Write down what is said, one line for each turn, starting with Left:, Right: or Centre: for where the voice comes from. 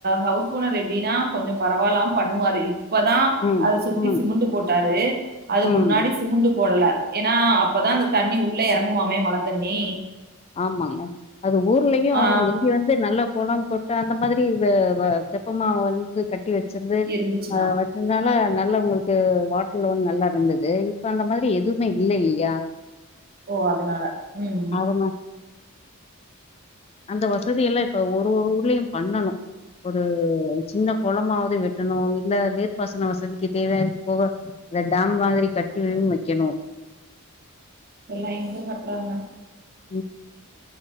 Right: ஹவுஸ் ஓனர் எப்டினா கொஞ்சோ பரவாலாம் பண்ணுவாரு இப்பதா
Left: ம்
Right: அத சுத்தி
Left: ம்
Right: சிமுண்டு போட்டாரு அதுக்கு
Left: ம்
Right: முன்னாடி சிமுண்டு போடல ஏனா அப்பதா அந்த தண்ணி உள்ள எறங்குமாமே மழ தண்ணி
Left: ஆமாங்க அது ஊர்லயு
Right: ஆ
Left: முந்தி வந் து நல்ல கொளம் குட்ட அந்த மாதிரி இது வா தெப்பமா வந்து கட்டி வச்சிர்ந்து
Right: இருந்துச்சுன்னா.
Left: ஆ வச் சுனால நல்ல உங்களுக்கு வாட்டர்லவல் நல்லா இருந்தது இப்ப அந்த மாதிரி எதுமே இல்ல இல்லையா
Right: ஓ அதுனால ம்
Left: அதனா அந்த வசதி எல்லா இப்ப ஒரு ஒரு ஊர்லயு பண்ணணு ஒரு சின்ன கொளமாவது வெட்டணு இல்ல நீர்ப்பாசன வசதிக்கு தேவயான்து போக இந்த டாம் மாதிரி கட்டியு வைக்கணு
Right: எல்லா எங்க கட்றாங்க
Left: ம்